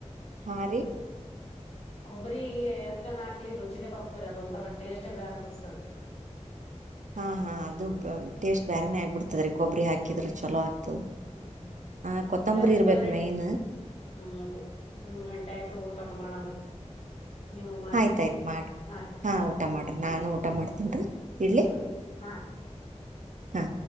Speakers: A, on the right; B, on the left.
A: ಹಾ ರಿ
B: ಕೊಬ್ಬ್ರಿಗೆ ಎತ್ಕನ್ ಹಾಕ್ಲಿ ರುಚಿನೇ ಬರ್ತದ್ರೀ ಅದೊಂಥರ ಟೇಸ್ಟ್ ಬೇರೆ ಅನಿಸ್ತದೆ.
A: <inaudible> ಹಾ ಹಾ ಅದೂ ಟೇಸ್ಟ್ ಬೇರಾನೇ ಆಗ್ಬಿಡ್ತದ ರೀ ಕೊಬ್ಬರಿ ಹಾಕಿದ್ರ ಚಲೋ ಆಗ್ತದ.
B: ಹ್ಮ
A: ಆ ಕೊತ್ತಂಬರಿ
B: ಸರಿ
A: ಇರ್ಬೇಕ್
B: ತಗೊರಿ.
A: ಮೇನ್
B: ಹ್ಮ ಅದೇ ಮೂರ್ ಗಂಟೆ ಆಯ್ತು ಊಟನೆ ಮಾಡನ್ ನ್ರಿ. ನೀವು ಮಾಡ್ರಿ
A: ಆಯ್ತಾಯ್ತ್ ಮಾಡ್ರಿ
B: ಮಾಡ್ ಹ ಹಾ
A: ಊಟ ಮಾಡ್ರಿ
B: ಹ್ಮ್
A: ನಾನು ಊಟ
B: ಹ್ಮ್
A: ಮಾಡ್ತೇನ್ರಿ ಇಡ್ಲಿ
B: ಹ್ಮ್ ಹಾ
A: ಹಾ